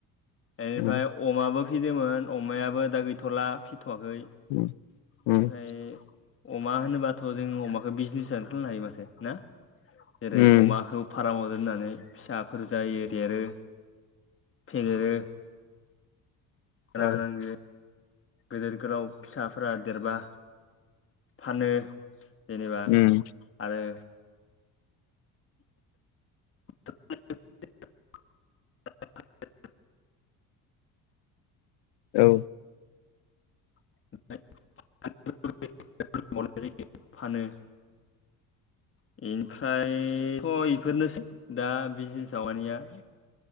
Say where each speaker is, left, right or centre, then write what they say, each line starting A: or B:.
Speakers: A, on the left (about 35°); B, on the left (about 80°).
A: बेनिफ्राय
B: उम
A: अमाबो फिदोंमोन अमायाबो दा गैथ'ला फिथ'वाखै
B: उम
A: ओमफ्राय
B: उम
A: अमा होनोबाथ' जों अमाखौ बिजनेस जानो खालामनो हायो माथो ना जेरै
B: उम
A: अमाखौ फाराम नानै फिसाफोर जायो देरो फेदेरो
B: औ
A: ना नांग गेदेर गोलाव फिसाफोरा देरबा फानो जेनेबा
B: उम
A: आरो <unintelligible>
B: औ
A: <unintelligible> <unintelligible> नाय जायो फानो फम्रायथ' इफोरनोसै दा बिजनेस आानिया